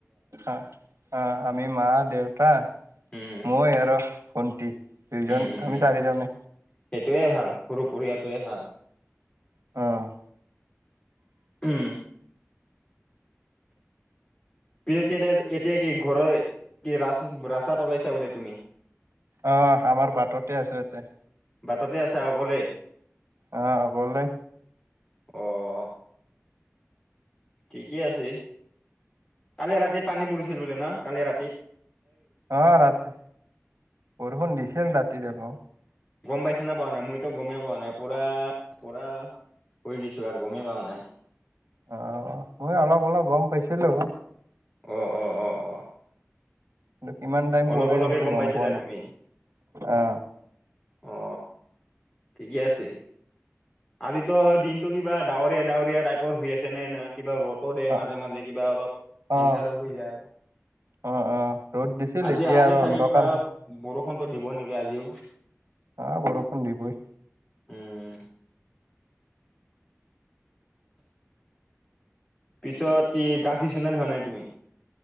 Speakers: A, on the right (about 80°); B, on the left (about 25°).
A: অ', অ', আমি মা দেউতা
B: উম
A: মই আৰু ভন্টি। দুইজন
B: উম, উম,
A: আমি
B: উম
A: চাৰিজনে
B: সেইটয়ে ভাল সৰু পৰিয়ালটোয়ে ভাল।
A: অ'।
B: উম। তিয়া এতিয়া কি ঘৰৰ কি ৰা ৰাস্তাত ওলাইছা বোলে তুমি।
A: অ, আমাৰ বাটতে আছো ইয়াতে।
B: বাটতে আছা অকলে।
A: অ, গললে।
B: অ'। ঠিকেই আছে কালি ৰাতিত পানী পৰিছিল বোলে ন কালি ৰাতি।
A: অ, ৰাতি বৰষুণ দিছিল ৰাতিত অলপ।
B: গম পাইছ নে পোৱা নাই মইতো গমেই পোৱা নাই পুৰা, পুৰা। শুই গছো আৰু গমেই পা নাই।
A: অ, মই অলপ, অলপ গম পাইছিলো।
B: অ', অ'। অ অ
A: কিন্তু কিমান টাইম
B: অলপ,
A: পৰিল
B: অলপে
A: সেইটো
B: গম পাইছিলা
A: পোৱা নাই
B: তুমি?
A: অ
B: অ, ঠিকে আছে। আজিতো দিনটো কিবা ডাৱৰীয়া, ডাৱৰীয়া টাইপৰ হৈ আছে নে এনে। কিবা ৰ'দো দিয়ে
A: অ
B: মাজে, মাজে কিবা অলপ
A: অ
B: এন্ধাৰো হৈ যায়।
A: অ', অ', ৰ'দ দিছিল
B: আজি
A: এতিয়া
B: আজি
A: আৰু
B: চাগে
A: অন্ধকাৰ।
B: কিবা বৰষুণতো দিব নেকি আজিও।
A: হা বৰষুণ দিবই।
B: উম পিছত কি গা ধুইচা না ধুৱা নাই তুমি?